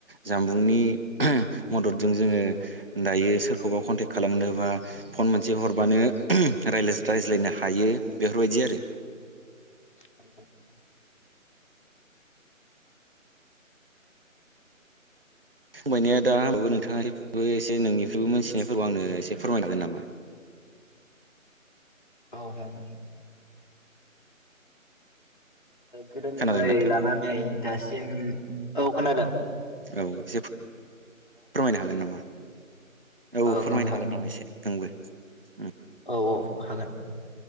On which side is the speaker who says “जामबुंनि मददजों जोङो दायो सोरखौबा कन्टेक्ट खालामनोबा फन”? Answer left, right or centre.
Right